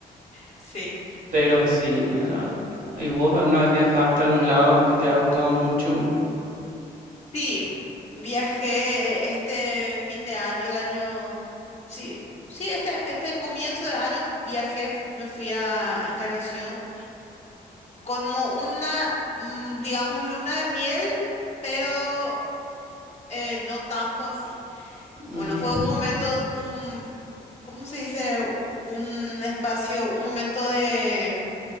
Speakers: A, on the left; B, on the right.
A: Sí.
B: Pero sí, eh, ¿y vos alguna vez viajaste a algún lado que te haya gustado mucho?
A: Sí, viajé este fin de año, el año... Sí, sí, este, este comienzo de año viajé, f- me fui a Encarnación como una, mm, digamos, luna de miel, pero eh, no tanto así. Bueno,
B: Mm,
A: fue un momento, un, ¿cómo se dice? Un espacio, un momento de